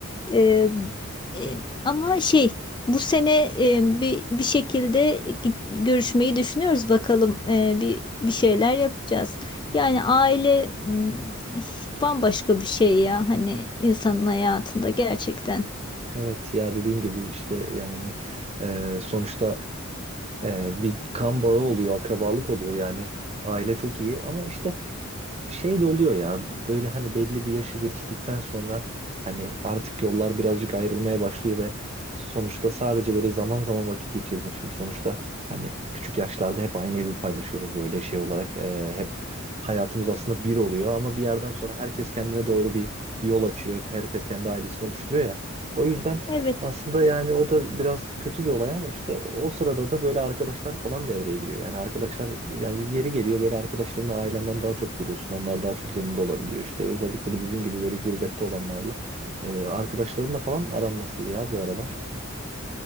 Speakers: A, on the left; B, on the right.
A: E, e, ama şey bu sene e, bir, bir şekilde git- görüşmeyi düşünüyoruz bakalım E, bir, bir şeyler yapacağız. Yani aile m, bambaşka bir şey ya hani insanın hayatında gerçekten.
B: Evet ya dediğin gibi işte yani e, sonuçta e, bir kan bağı oluyor, akrabalık oluyor yani aile çok iyi ama işte şey de oluyor ya böyle hani belli bir yaşı geçtikten sonra hani artık yollar birazcık ayrılmaya başlıyor ve sonuçta sadece böyle zaman zaman vakit geçirdin. Şimdi sonuçta hani küçük yaşlarda hep aynı evi paylaşıyoruz böyle şey olarak Ee, hep hayatımız aslında bir oluyor ama bir yerden sonra herkes kendine doğru bir yol açıyor. Herkes kendi ailesini oluşturuyor ya. O yüzden
A: Evet
B: aslında yani o da biraz kötü bir olay ama işte o sırada da böyle arkadaşlar falan devreye giriyor. Yani arkadaşlar yani bir yeri geliyor böyle arkadaşlarını ailenden daha çok görüyorsun. Onlar daha çok yanında olabiliyor. İşte özellikle de bizim gibi böyle gurbette olanlarla. Ee, arkadaşlarınla falan aran nasıl ya bu aralar?